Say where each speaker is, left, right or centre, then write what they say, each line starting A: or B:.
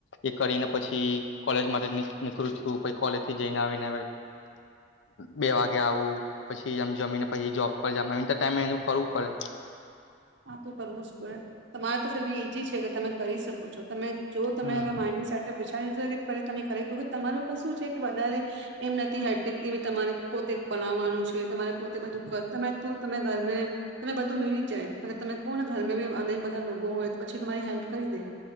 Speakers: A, on the left; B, on the right.
A: એ કરીને પછી કોલેજ માટે નીકળું છું પછી કોલેજ થી જઈને આવીને બે વાગે આવું પછીમ જમીને પછી જોબ પર જને ટાઈમ મે કરવું પડે
B: હા તોું કરવું જ પડે તમારે તો ફર બી ઈજી છે કે તમે કરી શકો છો તમે જો તમેગર
A: હમ
B: માઇન્ડમાં સેટઅપ વિચારી લેશો કે તમે એક વખત તમારું શું છે કે વધારે એમ નથી હેક્ટીક એવી તમારે પોતે બનાવવાનું છે તમારે પોતે બધું તમે તું તમે ઘર તમે બધું મળી જાય મને તમે કહો ને ઘરમે બી અનેક બધા લોકો હોય તો પછી તમારી હેલ્પ કરી દે